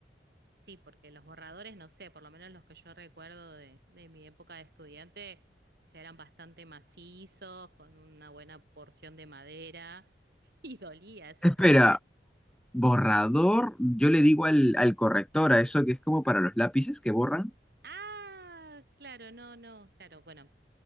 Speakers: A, on the right (about 60°); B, in the centre.
A: Sí, porque los borradores, no sé, por lo menos los que yo recuerdo de, de mi época de estudiante, o sea, eran bastante macizos, con una buena porción de madera <laughs> y dolía, supongo.
B: Espera,
A: Es-
B: borrador, yo le digo al, al corrector, a eso que es como para los lápices que borran.
A: Ah, claro, no, no, claro, bueno,